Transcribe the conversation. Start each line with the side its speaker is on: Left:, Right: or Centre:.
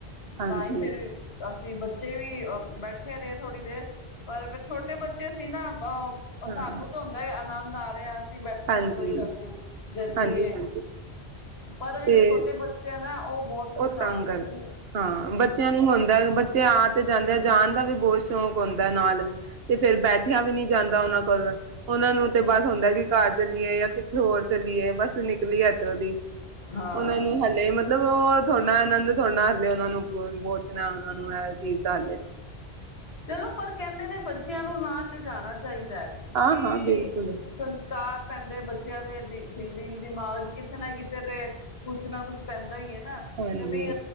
Right: ਹਾਂਜੀ
Left: ਤਾਂਹੀ ਫਿਰ ਅਸੀਂ ਬੱਚੇ ਵੀ ਆ ਬੈਠੇ ਬੈਠੇ ਰਹੇ ਥੋੜ੍ਹੀ ਦੇਰ ਪਰ ਛੋਟੇ ਬੱਚੇ ਸੀ ਨਾ।
Right: ਹਾਂ
Left: ਸਾਨੂੰ ਤੇ ਹੁਣ ਆਨੰਦ ਆ ਰਿਹਾ। ਅਸੀ ਬੈਠੇ
Right: ਹਾਂਜੀ।
Left: ਹਾਂ ਕੋਈ ਗੱਲ ਨੀ ਗਰਮੀ
Right: ਹਾਂਜੀ-ਹਾਂਜੀ
Left: ਐ। ਪਰ ਉਹ ਜਿਹੜੇ
Right: ਤੇ
Left: ਛੋਟੇ ਬੱਚੇ ਬੱਚੇ ਆ ਨਾ ਉਹ ਬਹੁਤ ਪਰੇਸ਼ਾਨ
Right: ਉਹ ਤੰਗ ਕਰਦੇ
Left: ਹੈ
Right: ਹਾਂ। ਬੱਚਿਆਂ ਨੂੰ ਹੁੰਦਾ ਬੱਚੇ ਆ ਤੇ ਜਾਂਦੇ ਆ ਜਾਣ ਦਾ ਵੀ ਬਹੁਤ ਸ਼ੌਕ ਹੁੰਦਾ ਨਾਲ। ਤੇ ਫਿਰ ਬੈਠਿਆ ਵੀ ਨਹੀਂ ਜਾਂਦਾ ਉਹਨਾਂ ਕੋਲ। ਉਹਨਾਂ ਨੂੰ ਤੇ ਬਸ ਹੁੰਦਾ ਕਿ ਕਾਰ ਚੱਲੀਏ ਜਾਂ ਕਿੱਥੇ ਹੋਰ ਚੱਲੀਏ ਬਸ ਨਿਕਲੀ ਇਧਰੋਂ ਦੀ।
Left: ਹਾਂ
Right: ਉਹਨਾਂ ਨੂੰ ਹਲੇ ਉਹ ਥੋੜ੍ਹਾ-ਥੋੜ੍ਹਾ ਹਲੇ ਉਹਨਾਂ ਨੂੰ। ਜਲਦੀ ਪੋਚਣਾ, ਉਹਨਾਂ ਨੂੰ ਐ ਚੀਜ਼ ਦਾ ਹਾਲੇ
Left: ਚਲੋ ਪਰ ਕਹਿੰਦੇ ਨੇ ਬੱਚਿਆਂ ਨੂੰ ਨਾਲ ਲਿਜਾਣਾ ਚਾਹੀਦਾ ਐ।
Right: ਹਾਂ
Left: ਕਿ
Right: ਹਾਂ ਬਿਲਕੁਲ
Left: ਸੰਸਕਾਰ ਪੈਂਦੇ ਬੱਚਿਆਂ ਦੇ ਦੀ ਦੀਨ ਦਿਮਾਗ ਕਿਤੇ ਨਾ ਕਿਤੇ ਤੇ ਕੁਛ ਨਾ ਕੁਛ ਪੈਂਦਾ ਹੀ ਐ ਨਾ।
Right: ਹਾਂਜੀ
Left: ਤੇ ਵੀ